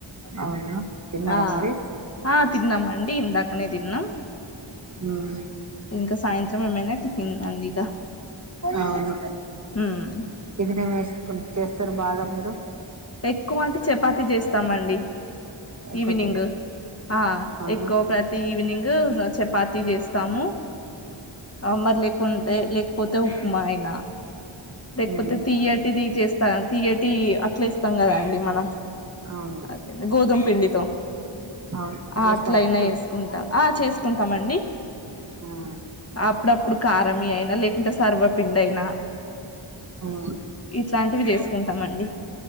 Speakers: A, on the right; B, on the left.
A: అవునా తిన్నారా
B: ఆ
A: మరి
B: ఆ తిన్నాం అండి ఇందాకనే తిన్నాం
A: మ్మ్
B: ఇంకా సాయంత్రం ఏమైనా టిఫిన్ అండి ఇక
A: అవును
B: మ్మ్
A: టిఫిన్ ఏం వేసుకుని చేస్తారు బాగా మీరు
B: ఎక్కువ అంటే చపాతి చేస్తామం అండి
A: ఎక్కువ
B: ఈవినింగ్
A: చెప్ప
B: ఆ
A: అవునా
B: ఎకువ ప్రతి ఈవినింగ్ <inaudible> చెపాతి చేస్ తాము ఆ మర్లే కుంటే లేకపోతే ఉప్మా అయినా లేకపోతే
A: మ్మ్
B: తీయ టి తీ చేస్ తీయేటి అట్లేస్తాం కదాండి మనం
A: అవును
B: అదేం గోధుమ పిండితో
A: అవును
B: ఆ
A: చేస్తారా
B: అట్లయినా
A: మీరు
B: వేసుకుంటాం ఆ చేసుకుంటామండి
A: మ్మ్
B: అప్పుడుప్పుడు కారం మీ అయినా లేకుంట సర్వ పిండ్ అయినా
A: ఆ
B: ఇట్లాంటివి చేసుకుంటామండి